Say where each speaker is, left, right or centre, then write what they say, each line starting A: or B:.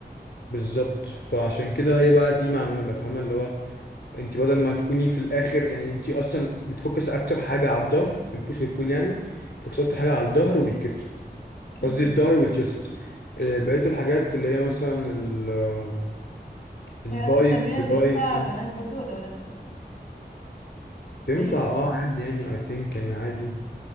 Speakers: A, on the left (about 75°); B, on the left (about 50°).
A: بالظبط فعشان كده هي بقى دي معموله فاهمه اللي هو انت بدل ما تكوني في الاخر يعني انت اصلا بتفكس اكتر حاجه على الظهر في البوش والبول يعني بتفكس اكتر حاجه على الظهر والكتف
B: <laughs>
A: قصدي الظهر
B: امم
A: والتشيست آه، بقيه الحاجات اللي هي مثلا ال- آه، الباي
B: هي اصلا التمرينه
A: تراي
B: دي ينفع
A: فاهم
B: بنات برضو ولا ولاد بس
A: تنفع
B: يعني
A: اه عادي يعني I think يعني عادي